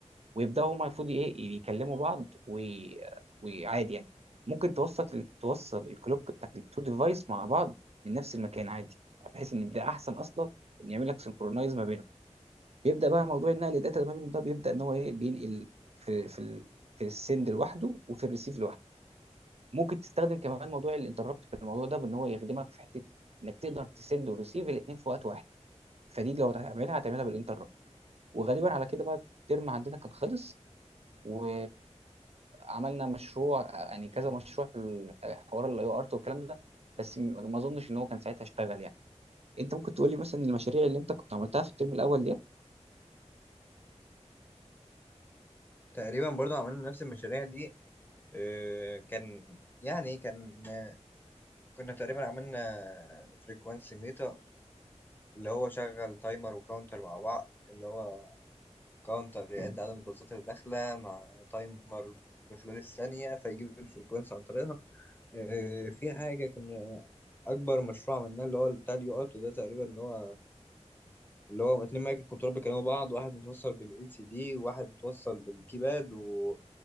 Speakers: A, on the right; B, on the left.
A: ويبداوا هما المفروض ايه يكلموا بعض وي... وعادي يعني ممكن توسط ال... توصل الكلوك بتاعت التو ديفايس مع بعض من نفس المكان عادي بحيث ان ده احسن اصلا ان يعمل لك سنكرونايز ما بينهم بيبدا بقى موضوع النقل الداتا ما بينهم ده بيبدا ان هو ايه بينقل في في ال... في السند لوحده وفي الريسيف لوحده ممكن تستخدم كمان موضوع الانتربت في الموضوع ده بان هو يخدمك في حته انك تقدر تسند وريسيف الاثنين في وقت واحد فدي لو هتعملها هتعملها بالانتربت وغالبا على كده بقى الترم عندنا كان خلص و عملنا مشروع آه، يعني كذا مشروع في ال- آه، حوار الاي ارت والكلام ده بس م- ما اظنش ان هو كان ساعتها اشتغل يعني انت ممكن تقولي مثلا المشاريع اللي انت كنت عملتها في الترم الاول دي
B: تقريبا برضو عملنا نفس المشاريع دي آه، كان يعني كان آه، كنا تقريبا عملنا فريكوانسي ميتر اللي هو شغل تايمر وكاونتر مع بعض اللي هو كاونتر يعد عدد الباصات اللي داخلة مع تايمر في خلال الثانية فيجيب الفريكونسي عن طريقها آه، في حاجة كنا أكبر مشروع عملناه اللي هو بتاع اليو أوت ده تقريبا اللي هو اللي هو اتنين مايك كنترول بيكلموا بعض واحد متوصل بالال سي دي وواحد متوصل بالكيباد و...